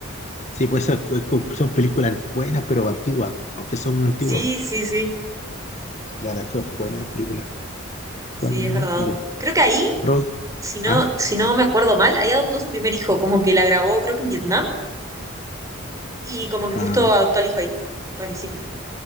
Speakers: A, on the left; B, on the right.
A: Sí, pues esas co- co- son películas buenas, pero antiguas, aunque son antiguas.
B: Sí,
A: po.
B: sí, sí,
A: Lara Croft, buena película.
B: sí,
A: ¿Cuál más?
B: es verdad.
A: Y de
B: Creo que ahí...
A: Troy.
B: si no,
A: ¿Ah?
B: si no me acuerdo mal, ahí adoptó su primer hijo, como que la grabó, creo que en Vietnam, y como que
A: Ah,
B: justo adoptó al hijo ahí. Rarísimo.